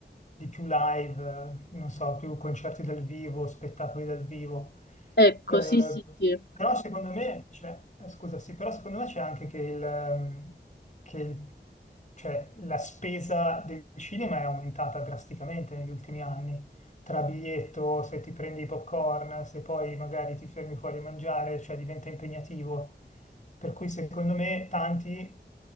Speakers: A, on the left; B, on the left.
A: di più live, eh, non so, più concerti dal vivo, spettacoli dal vivo.
B: Ecco,
A: Eh,
B: sì, sì, sì.
A: però secondo me, cioè, eh, scusa, sì, però secondo me c'è anche che, il, ehm, che il- cioè, la spesa del cinema è aumentata drasticamente negli ultimi anni. Tra biglietto, se ti prendi i popcorn, se poi magari ti fermi fuori a mangiare, cioè diventa impegnativo. Per cui secondo me tanti